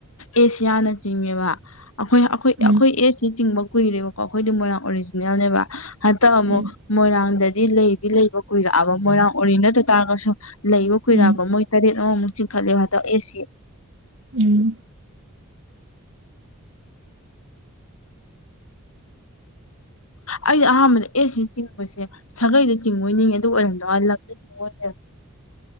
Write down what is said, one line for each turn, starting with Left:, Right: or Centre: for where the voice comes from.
Left: ꯑꯦꯁꯤꯌꯥꯅ ꯆꯤꯡꯉꯦꯕ ꯑꯈꯣꯏ ꯑꯈꯣꯏ
Right: ꯎꯝ
Left: ꯑꯈꯣꯏ ꯑꯦꯁꯁꯤ ꯆꯤꯡꯕ ꯀꯨꯏꯔꯦꯕ__ ꯀꯈꯣꯏꯗꯤ ꯃꯣꯏꯅ ꯑꯣꯔꯤꯖꯤꯅꯦꯜꯅꯦꯕ ꯍꯟꯇꯛ ꯑꯃꯨꯛ
Right: ꯎꯝ
Left: ꯃꯣꯏꯔꯥꯡꯗꯗꯤ ꯂꯩꯗꯤ ꯂꯩꯕ ꯀꯨꯏꯔꯛꯑꯕ ꯃꯣꯏꯔꯥꯡ ꯑꯣꯔꯤꯅꯠꯇ ꯇꯥꯔꯒꯁꯨ ꯂꯩꯕ ꯀꯨꯏꯔꯛꯑꯕ
Right: ꯎꯝ
Left: ꯃꯣꯏ__ ꯇꯔꯦꯠ ꯑꯃꯃꯨꯛ ꯆꯤꯡ ꯈꯠꯂꯦ ꯍꯟꯇꯛ ꯑꯦꯁ ꯁꯤ
Right: ꯎꯝ
Left: ꯑꯩꯗꯤ ꯑꯍꯥꯟꯕꯗ ꯑꯦ ꯁꯤ ꯆꯤꯡꯕꯁꯦ ꯁꯥꯒꯩꯗ ꯆꯤꯡꯕꯣꯏꯅꯤꯡꯉꯦ ꯑꯗꯨ ꯑꯣꯏꯔꯝꯗ꯭ꯔ ꯋꯥꯅꯤ ꯂꯝꯗ ꯆꯤꯡꯕ ꯑꯣꯏ ꯂꯩꯔꯝꯃꯦ